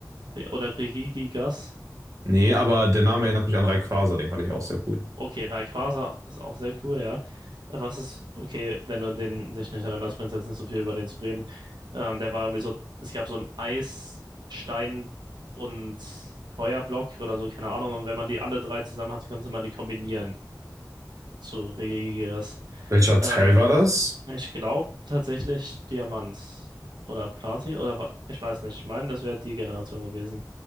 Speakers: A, on the right (about 80°); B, on the right (about 45°).
A: Oder Rigigi Gas?
B: Nee, aber der Name erinnert mich an Rayquaza, den fand ich auch sehr cool.
A: Okay, Rayquaza ist auch sehr cool, ja. Was ist, okay, wenn du den, dich nicht erinnerst, bringt es jetzt nicht so viel über den zu reden. Ähm, der war irgendwie so, es gab so einen Eisstein und Feuerblock oder so, keine Ahnung. Und wenn man die alle drei zusammen hatte, konnte man die kombinieren zu Regigigas.
B: Welcher
A: Ähm,
B: Teil war das?
A: ich glaube tatsächlich Diamant oder Platin oder wa- ich weiß nicht. Ich meine, das wäre die Generation gewesen.